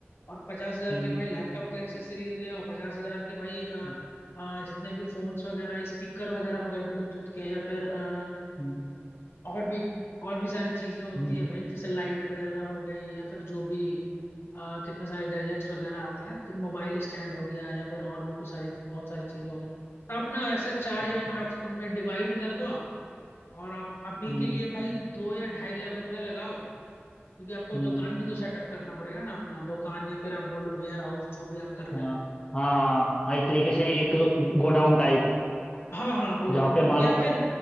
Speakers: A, on the left (about 65°); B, on the left (about 25°).
A: और पचास हजार
B: हम्म
A: के भाई लैपटॉप के एक्सेसरीज ले आओ पचास हजार के भाई अ,
B: हम्म
A: अ, जितने भी फोन्स वगैरह स्पीकर वगैरह हो गए ब्लूटूथ के या फिर अ,
B: हम्म,
A: और भी और भी सारी चीजें होती
B: हम्म,
A: है भाई जैसे लाइट वगैरह हो गई या फिर जो भी अ, कितने सारे गैजेट्स वगैरह आते हैं तो मोबाइल स्टैंड हो गया या फिर और भी कुछ सारी बहुत सारी चीजें हो गई तो अपना ऐसा चार
B: अच्छा
A: या पांच में डिवाइड कर दो और आप अभी
B: हम्म
A: के लिए भाई दो या ढाई लाख रुपया लगाओ क्योंकि आपको
B: हम्म
A: दुकान भी तो सेटअप करना पड़ेगा ना अपना दुकान या फिर आप बोलो वेयर हाउस जो भी आप कर रहे
B: हाँ
A: हो
B: हाँ हाँ, एक तरीके से एक गोडाउन टाइप
A: हाँ हाँ गोडाउन
B: जहाँ पे
A: टाउन
B: माल
A: या फिर